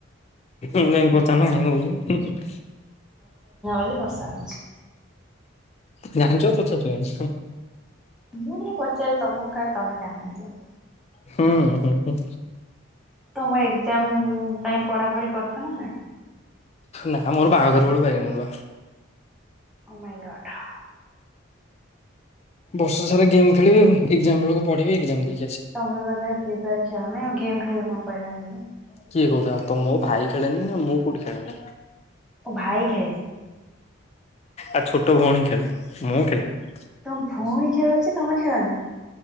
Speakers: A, on the left (about 30°); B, in the centre.
A: ଯାଇଙ୍କ ପଚାରୁ ନା କାଇଁ ହଉଛି?
B: ଖାଲି ବର୍ଷା ଅଛି।
A: ଜାଣିଛ ପଚାରୁଛ କାଇଁ?
B: ମୁଁ ଟିକେ ପଚାରି ତମକୁ କାହିଁ ତମେ ଜାଣିନଥିବା।
A: ହୁଁ ହୁଁ ହଁ।
B: ତମ ଏକ୍ଜାମ ପାଇଁ ପଢାପଢି କରିଛ ନା ନାଇ?
A: ନା ମୋର ବାହାଘର ବେଳୁ ବାଇଗଣ ରୁଆ।
B: ଓମାଇ ଗଡହ।
A: ବର୍ଷ ସାରା ଗେମ୍ ଖେଳିବି। ଏକ୍ଜାମ ବେଳକୁ ପଢିବେ ଏକ୍ସାମ୍ ଦେଇ
B: ତମେ ପାଖରେ ଫି ଫାର ଖେଳ ନାହି ଆଉ ଗେମ୍ ଖେଲିବ କଣ କହିଲାନି ଯେ।
A: କିଏ କହୁଥିଲା ତ ମୋ ଭାଇ ଖେଳେ ନି ନା ମୁଁ କୋଉଠି ଖେଳେନି?
B: ଓ ଭାଇ ଖେଳେ।
A: ଆଉ ଛୋଟ ଭଉଣୀ ଖେଳେ ମୁଁ ଖେଳେନି।
B: ତମ ଭଉଣୀ ଖେଳୁଛି ତମେ ଖେଳ ନାଇ?